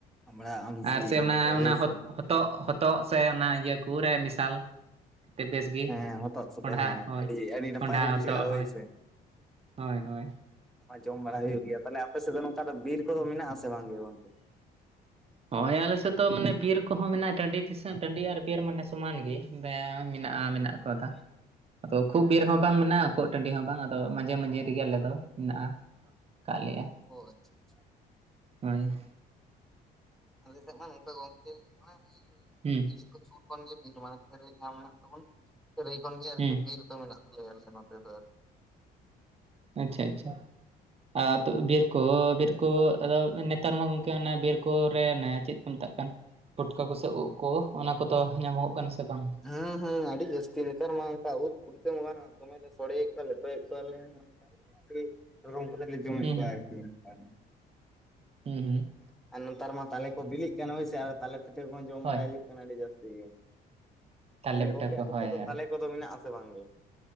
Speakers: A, in the centre; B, on the right.
A: ᱟᱢᱲᱟ ᱟᱢᱥᱤ
B: ᱟᱨ ᱥᱮ ᱚᱱᱟ
A: ᱠᱚ ᱦᱳᱭᱥᱮ
B: ᱚᱱᱟ ᱦᱚᱛᱚᱜ ᱦᱚ ᱛᱚᱜ ᱥᱮ ᱚᱱᱟ ᱤᱭᱟᱹ ᱠᱩ ᱨᱮ ᱢᱮᱰᱟᱞ ᱛᱮ ᱵᱮᱥ ᱜᱮ
A: ᱦᱮᱸ ᱦᱚᱛᱚᱫ ᱥᱟᱛᱮ
B: ᱠᱚᱸᱰᱷᱟ
A: ᱦᱮᱸ
B: ᱦᱳᱭ
A: ᱟᱹᱰᱤ ᱟᱹᱰᱤ ᱱᱟᱯᱟᱭ
B: ᱠᱚᱸᱰᱷᱟ,
A: ᱠᱚ
B: ᱦᱚᱛᱚᱫ
A: ᱵᱩᱡᱷᱟᱹᱜᱼᱟ
B: ᱦᱳᱭ᱾
A: ᱦᱳᱭᱥᱮ
B: ᱦᱚᱭ ᱦᱚᱭ᱾
A: ᱟᱡᱚᱢ ᱵᱟᱲᱟ ᱦᱩᱭᱩᱜ ᱜᱮᱭᱟ᱾ ᱛᱟᱦᱞᱮ ᱟᱯᱮ ᱥᱮᱫ ᱫᱚ ᱱᱚᱝᱠᱟ ᱫᱚ ᱵᱤᱨ ᱠᱚᱫᱚ ᱢᱮᱱᱟᱜ ᱥᱮ ᱵᱟᱝ ᱜᱮ ᱜᱚᱝᱠᱮ᱾
B: ᱦᱳᱭ ᱟᱞᱮ ᱥᱮᱫ ᱫᱚ ᱢᱟᱱᱮ ᱵᱤᱨ ᱠᱚᱦᱚᱸ ᱢᱮᱱᱟᱜ-ᱟ ᱴᱟᱺᱰᱤ ᱫᱤᱥᱟᱹᱢ ᱴᱟᱺᱰᱤ ᱟᱨ ᱵᱤᱨ ᱢᱟᱱᱮ ᱥᱚᱢᱟᱱ ᱜᱮ ᱢᱮᱭᱟᱝ ᱢᱮᱱᱟᱜᱼᱟ ᱢᱮᱱᱟᱜ ᱠᱚᱫᱟ᱾
A: <inaudible>
B: ᱟᱫᱚ ᱠᱷᱩᱵ ᱵᱮᱨ ᱦᱚᱸ ᱵᱟᱝ ᱢᱮᱱᱟᱜ-ᱟ᱾ ᱴᱟᱸᱰᱤ ᱦᱚᱸ ᱵᱟᱝ ᱟᱫᱚ ᱢᱟᱡᱷᱮ ᱢᱟᱡᱷᱮ ᱨᱮᱜᱮ ᱟᱞᱮ ᱫᱚ ᱢᱮᱱᱟᱜ-ᱟ ᱟᱠᱟᱫ ᱞᱮᱭᱟ᱾
A: ᱚ ᱟᱪᱪᱷᱟ ᱟᱪᱪᱷᱟ ᱾
B: ᱦᱳᱭ ᱾
A: ᱟᱞᱮ ᱥᱮᱫ ᱢᱟ ᱱᱚᱝᱠᱟ ᱜᱚᱝᱠᱮ ᱢᱟᱱᱮ
B: ᱦᱩᱸ᱾
A: ᱤᱭᱟᱹ ᱥᱩᱨ ᱠᱷᱚᱱ ᱜᱮ ᱵᱤᱨ ᱢᱟᱱᱮ ᱠᱷᱟᱹᱨᱟᱹᱭ ᱡᱟᱦᱟᱸ ᱢᱮᱱᱟᱜ ᱛᱟᱵᱚᱱ ᱠᱷᱟᱹᱨᱟᱹᱭ ᱠᱷᱚᱱ ᱜᱮ ᱟᱨᱠᱤ
B: ᱦᱩᱸ
A: ᱵᱤᱨ ᱫᱚ ᱢᱮᱱᱟᱜᱼᱼ ᱧᱮᱞ ᱫᱚ ᱱᱚᱛᱮ ᱫᱚ ᱾
B: ᱟᱪᱪᱷᱟ ᱟᱪᱪᱷᱟ ᱟᱨ ᱛᱚᱵᱮ ᱵᱤᱨ ᱠᱩ ᱵᱤᱨ ᱠᱩ ᱟᱫᱚ ᱱᱮᱛᱟᱨ ᱢᱟ ᱜᱚᱝᱠᱮ ᱚᱱ ᱵᱤᱨ ᱠᱚᱨᱮ ᱪᱮᱫ ᱠᱚ ᱢᱮᱛᱟᱜ ᱠᱟᱱ ᱯᱩᱴᱠᱟᱹ ᱠᱚᱥᱮ ᱩᱵ ᱠᱚ ᱚᱱᱟ ᱠᱚᱫᱚ ᱧᱟᱢᱚᱜᱚᱜ ᱠᱟᱱᱟ ᱠᱚᱢ ᱥᱮ ᱠᱚᱢ?
A: ᱦᱮᱸ ᱦᱩᱸ ᱟᱹᱰᱤ ᱡᱟᱹᱥᱛᱤ ᱱᱮᱛᱟᱨ ᱢᱟ ᱚᱱᱠᱟ ᱩᱫ ᱯᱩᱴᱠᱟᱹ ᱢᱟ ᱫᱚᱢᱮᱞᱮ ᱥᱚᱲᱮᱭᱮᱫ ᱠᱚᱣᱟ ᱞᱮ ᱞᱮᱴᱚᱭᱮᱫ ᱠᱚᱣᱟᱞᱮ ᱾ ᱟᱹᱰᱤ ᱨᱚᱠᱚᱢ ᱠᱟᱛᱮ ᱞᱮ ᱡᱚᱢᱮᱫ
B: ᱦᱩᱸ
A: ᱠᱚᱣᱟ
B: ᱦᱩᱸ
A: ᱟᱨᱠᱤ ᱟᱨ
B: ᱦᱩᱸ ᱦᱩᱸ ᱾
A: ᱟᱨ ᱱᱮᱛᱟᱨ ᱢᱟ ᱛᱟᱞᱮ ᱠᱚ ᱵᱤᱞᱤᱜ ᱠᱟᱱᱟ ᱦᱳᱭᱥᱮ ᱟᱫᱚ ᱛᱟᱞᱮ ᱯᱤᱴᱷᱟᱹ ᱠᱚᱦᱚᱸ ᱡᱚᱢ
B: ᱦᱳᱭ
A: ᱵᱟᱲᱟᱭ ᱦᱩᱭᱩᱜ ᱠᱟᱱᱟ ᱟᱹᱰᱤ ᱡᱟᱹᱥᱛᱤ ᱜᱮ᱾
B: ᱛᱟᱞᱮ
A: ᱛᱟᱦᱞᱮ
B: ᱯᱤᱴᱷᱟᱹ
A: ᱜᱚᱝᱠᱮ
B: ᱠᱚ
A: ᱟᱯᱮ
B: ᱦᱳᱭ
A: ᱥᱮᱫ ᱫᱚ
B: ᱦᱳᱭ
A: ᱛᱟᱞᱮ ᱠᱚᱫᱚ ᱢᱮᱱᱟᱜ ᱟᱥᱮ ᱵᱟᱝᱜᱮ?